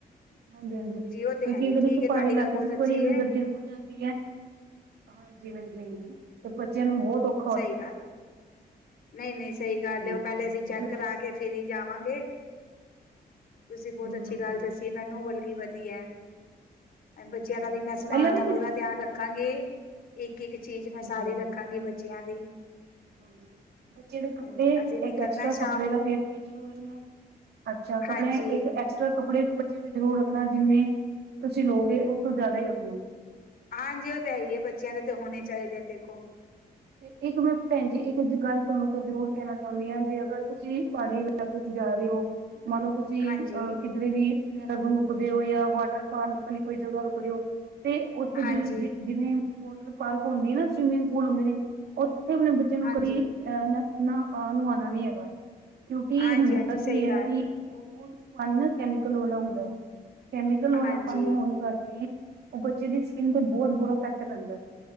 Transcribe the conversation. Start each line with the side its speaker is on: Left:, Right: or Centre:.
Right: ਹਾਂਜੀ- ਹਾਂਜੀ,
Left: ਉਹ ਤੇ
Right: ਕਿਉਂਕਿ
Left: ਹੈ ਹੀ ਹੈ,
Right: ਅਗਰ
Left: ਠੀਕ
Right: ਪਹਾੜੀ
Left: ਏ ਤੁਹਾਡੀ
Right: ਇਲਾਕੇ
Left: ਗੱਲ ਬਹੁਤ
Right: ਚ ਇੱਕ
Left: ਅੱਛੀ
Right: ਵਾਰੀ, ਜਦੋਂ
Left: ਏ
Right: ਗੱਡੀ ਜੇ ਰੁਕ ਜਾਂਦੀ ਹੈ। ਹਾਂਜੀ- ਹਾਂਜੀ, ਤੇ ਬੱਚਿਆਂ ਨੂੰ ਬਹੁਤ ਔਖਾ ਹੋ।
Left: ਸਹੀ ਗੱਲ
Right: ਹੈ
Left: ਨਹੀਂ- ਨਹੀਂ ਸਹੀ ਗੱਲ
Right: ਹੂੰ
Left: ਏ। ਉਹ ਪਹਿਲੇ ਅਸੀਂ ਚੈੱਕ
Right: ਉਹ ਗੱਡੀ
Left: ਕਰਾ ਕੇ ਫੇਰ ਹੀ ਜਾਵਾਂਗੇ। ਤੁਸੀਂ
Right: ਹੂੰ
Left: ਬਹੁਤ ਅੱਛੀ
Right: ਹੂੰ
Left: ਗੱਲ
Right: ਹੂੰ
Left: ਦੱਸੀ ਮੈਨੂੰ, ਵਲਗੀ ਵਧੀਆ ਹੈ। ਬੱਚਿਆਂ
Right: ਹੂੰ।
Left: ਦਾ ਵੀ ਮੈਂ ਸਮਾਨ
Right: ਪਹਿਲਾਂ ਵੀ
Left: ਦਾ,
Right: ਕਦੀ
Left: ਪੂਰਾ ਧਿਆਨ ਰੱਖਾਂਗੀ। ਇੱਕ ਇੱਕ- ਇੱਕ ਚੀਜ਼,
Right: ਹਾਂਜੀ
Left: ਮੈਂ ਸਾਰੀ
Right: ਹਾਂਜੀ
Left: ਰੱਖਾਂਗੀ ਬੱਚਿਆਂ ਦੀ।
Right: ਹਾਂਜੀ, ਬੱਚੇ ਦੇ ਕੱਪੜੇ
Left: ਹਾਂਜੀ ਅਸੀਂ ਨਿਕਲਣਾ
Right: ਐਕ ਐਕਸਟਰਾ
Left: ਸ਼ਾਮ
Right: ਕੱਪੜੇ ਦਾ
Left: ਨੂੰ
Right: ਫੇ ਵੀ ਜਰੂਰ ਰਖਣਾ ਹੈ। ਅੱਛਾ, ਕੱਪੜੇ
Left: ਹਾਂਜੀ
Right: ਇੱਕ ਐ ਕੱਪੜੇ ਵੀ ਬੱਚਿਆਂ ਦੇ ਜ਼ਰੂਰ ਰੱਖਣਾ। ਜਿੰਨੇ ਤੁਸੀਂ ਲੋਗੇ ਉਸ ਤੋਂ ਜ਼ਿਆਦਾ ਹੀ ਰੱਖੋ।
Left: ਹਾਂਜੀ, ਉਹ ਤਾਂ ਹੈ ਹੀ ਹੈ। ਬੱਚਿਆਂ ਦੇ ਤੇ ਹੋਣੇ ਚਾਹੀਦੇ ਨੇ ਦੇਖੋ।
Right: ਹਾਂਜੀ ਇ ਇੱਕ ਮਿੰਟ ਭੈਣਜੀ ਇੱਕ ਗੱਲ ਤੁਹਾਨੂੰ ਤੋਂ ਜ਼ਰੂਰ ਕਹਿਣਾ ਚਾਹੁੰਦੀ ਹਾਂ। ਜੇ ਅਗਰ ਤੁਸੀਂ ਪਹਾੜੀ ਇਲਾਕੇ ਚ ਜਾ ਰਹੇ ਹੋ। ਮਨ ਲੋ ਤੁ ਜੀ,
Left: ਹਾਂਜੀ
Right: ਅਹ ਕਿਧਰੇ ਵੀ ਦੇਰਹਾਦੂਨ ਰੁਕਦੇ ਹੋ। ਜਾਂ ਵਾਟਰ ਫਾਲੀ ਕੋਈ ਜਗਾ ਰੁਕਦੇ ਹੋ। ਤੇ ਓਥੇ <unintelligible>
Left: ਹਾਂਜੀ
Right: ਜਿਵੇਂ ਵੋਟਰ ਪਾਰਕ ਹੁੰਦੀ ਨਾ, ਸਵੀਮਿੰਗ ਪੂਲ ਹੁੰਦੇ ਨੇ। ਤੇ ਆਪਣੇ ਬੱਚੇਆਂ ਨੂੰ
Left: ਹਾਂਜੀ
Right: ਕਦੀ, ਅਹ ਨ ਨ ਅ ਨਵਾਉਣਾ ਨੀ ਹੈਗਾ। ਕਿਉਂਕਿ
Left: ਹਾਂਜੀ
Right: ਹੁੰਦਾ
Left: ਹਾਂਜੀ ਸਹੀ
Right: ਕੀ ਹੈ।
Left: ਗੱਲ
Right: ਉਹ ਬਾ ਪਾਣੀ ਨਾ ਕੈਮੀਕਲ ਵਾਲਾ ਹੁੰਦਾ। ਕੈਮੀਕਲ
Left: ਹੈ।
Right: ਵਾਲਾ
Left: ਹਾਂਜੀ
Right: ਪਾਣੀ ਹੋਣ ਕਰਕੇ, ਉਹ ਬੱਚੇ ਦੀ ਸਕਿਨ ਤੇ, ਬਹੁਤ ਬੁਰਾ ਫੈਕਟ ਪੈਂਦਾ ਹੈ।